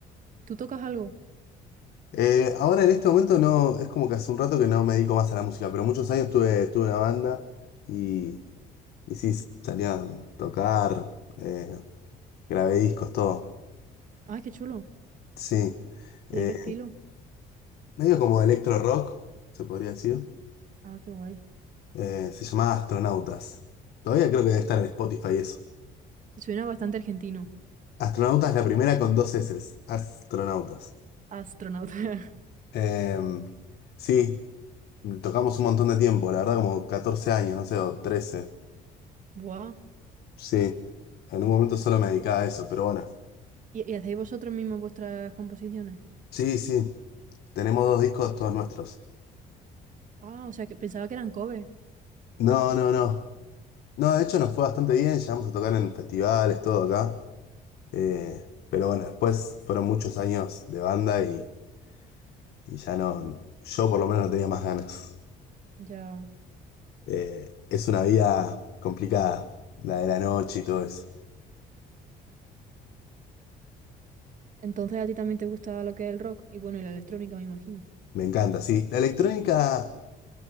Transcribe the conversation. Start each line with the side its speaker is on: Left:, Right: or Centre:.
Right: ¿Tú tocas algo?
Left: Eh, ahora en este momento no, es como que hace un rato que no me dedico más a la música, pero muchos años tuve, tuve una banda y, y sí, salía a tocar, eh, grabé discos, todo.
Right: ¡Ay, qué chulo!
Left: Sí. Eh,
Right: ¿Y de qué estilo?
Left: medio como electro rock, se podría decir.
Right: Ah, qué guay.
Left: Eh, se llamaba Astronautas. Todavía creo que debe estar en Spotify eso.
Right: Suena bastante argentino.
Left: Astronautas, la primera con dos eses. Astronautas.
Right: Astronauta. <laughs>
Left: Em, sí, tocamos un montón de tiempo, la verdad como 14 años, no sé, o 13.
Right: Buah.
Left: Sí, en un momento solo me dedicaba a eso, pero bueno.
Right: ¿Y, y hacéis vosotros mismos vuestras composiciones?
Left: Sí, sí, tenemos dos discos todos nuestros.
Right: Ah, o sea, que pensaba que eran covers.
Left: No, no, no. No, de hecho nos fue bastante bien, llegamos a tocar en festivales, todo acá. Eh, pero bueno, después fueron muchos años de banda y, y ya no, yo por lo menos no tenía más ganas. <laughs>
Right: Ya.
Left: Eh, es una vida complicada, la de la noche y todo eso.
Right: Entonces a ti también te gusta lo que es el rock y bueno, y la electrónica, me imagino.
Left: Me encanta, sí. La electrónica